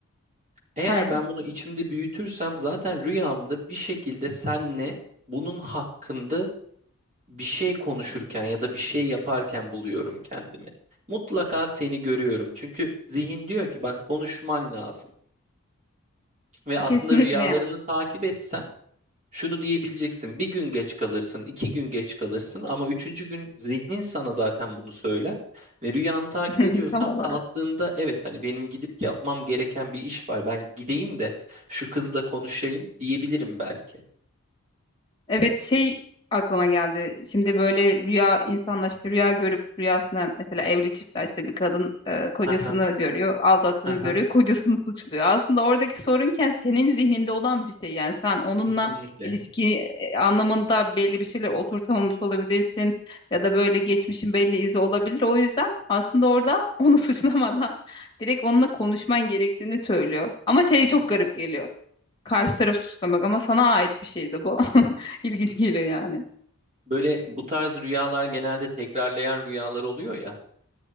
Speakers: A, on the right; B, on the left.
A: Eğer
B: aynen.
A: ben bunu içimde büyütürsem zaten rüyamda bir şekilde senle bunun hakkında bir şey konuşurken ya da bir şey yaparken buluyorum kendimi. Mutlaka seni görüyorum. Çünkü zihin diyor ki bak konuşman lazım. Ve aslında
B: Kesinlikle
A: rüyalarını takip etsen Şunu diyebileceksin, bir gün geç kalırsın, iki gün geç kalırsın ama üçüncü gün zihnin sana zaten bunu söyler. Ve rüyanı takip
B: yani.
A: ediyorsan
B: <laughs> Tam olarak.
A: kalktığında evet hani benim gidip yapmam gereken bir iş var. Ben gideyim de şu kızla konuşayım diyebilirim belki.
B: Evet şey aklıma geldi. Şimdi böyle rüya insanlar işte rüya görüp rüyasına mesela evli çiftler işte bir kadın e, kocasını
A: Aha,
B: görüyor, aldattığını
A: aha,
B: görüyor, <laughs> kocasını suçluyor. Aslında oradaki sorunken senin zihninde olan bir şey yani sen onunla
A: kesinlikle,
B: ilişki e, anlamında belli bir şeyler oturtamamış olabilirsin ya da böyle geçmişin belli izi olabilir. O yüzden aslında orada onu <laughs> suçlamadan direkt onunla konuşman gerektiğini söylüyor. Ama şey
A: kesinlikle.
B: çok garip geliyor. Karşı taraf suçlamak ama sana ait bir şeydi bu. <laughs> İlginç geliyor yani.
A: Böyle bu tarz rüyalar genelde tekrarlayan rüyalar oluyor ya.